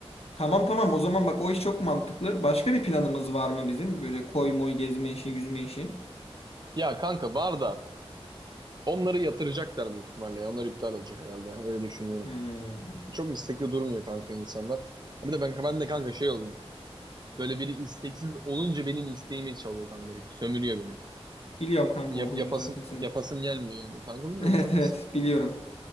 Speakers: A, on the left (about 70°); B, on the right (about 40°).
A: tamam tamam o zaman bak o iş çok mantıklı. Başka bir planımız var mı bizim? Böyle koy moy gezme işi yüzme işi.
B: Ya kanka var da onları yatıracaklar büyük ihtimalle. ya. Onlar iptal olacak herhalde. Öyle düşünüyorum.
A: Hmm.
B: Çok istekli durmuyor kanka insanlar. Bir de ben, ben de kanka şey oluyor. Böyle biri isteksiz olunca benim isteğimi çalıyor kanka direkt. Sömürüyor beni.
A: Biliyorum kanka
B: Yap,
A: o huyunu
B: yapasım,
A: zaten senin.
B: yapasım
A: <laughs>
B: gelmiyor yani. Kanka bilmiyorum
A: Evet
B: çok
A: evet
B: is-
A: biliyorum.